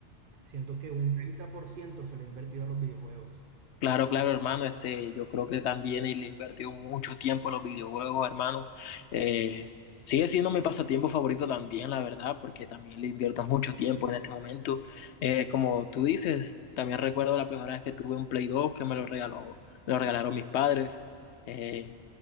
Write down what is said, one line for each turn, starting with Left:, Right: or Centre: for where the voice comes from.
Right: siento que un 30% se lo he invertido a los videojuegos.
Left: Claro, claro, hermano. Este, yo creo que también él le invirtió mucho tiempo a los videojuegos, hermano. Eh, sigue siendo mi pasatiempo favorito también, la verdad, porque también le invierto mucho tiempo en este momento. Eh, como tú dices, también recuerdo la primera vez que tuve un Play 2 que me lo regaló, me lo regalaron mis padres. Eh,